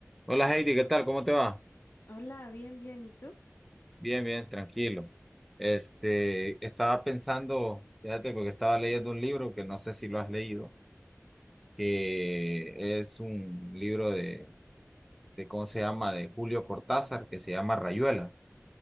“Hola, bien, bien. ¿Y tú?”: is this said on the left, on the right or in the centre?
Left